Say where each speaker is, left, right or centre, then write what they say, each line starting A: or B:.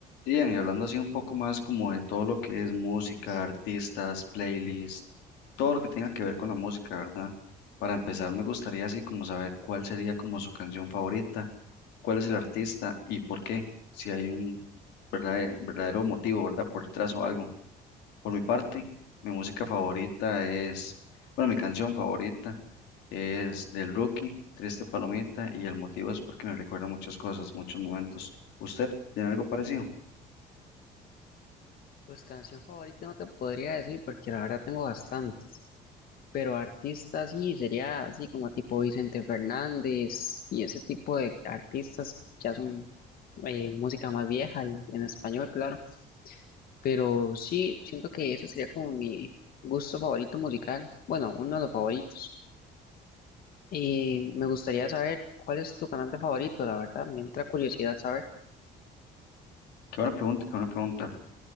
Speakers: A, on the left (about 85°); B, on the left (about 60°).
A: Sí, Ian, y hablando así un poco más como de todo lo que es música, artistas, playlists, todo lo que tenga que ver con la música, ¿verdad? Para empezar, me gustaría así como saber cuál sería como su canción favorita, cuál es el artista y por qué, si hay un verdadero, verdadero motivo, ¿verdad? Por detrás o algo. Por mi parte, mi música favorita es, bueno, mi canción favorita es del Rookie, Triste Palomita, y el motivo es porque me recuerda muchas cosas, muchos momentos. ¿Usted tiene algo parecido?
B: Pues canción favorita no te podría decir porque la verdad tengo bastantes, pero artistas sí, sería así como tipo Vicente Fernández y ese tipo de artistas ya son eh, música más vieja y en español, claro, pero sí, siento que ese sería como mi gusto favorito musical, bueno, uno de los favoritos. Y me gustaría saber cuál es tu cantante favorito, la verdad, me entra curiosidad saber.
A: Qué buena pregunta, qué buena pregunta.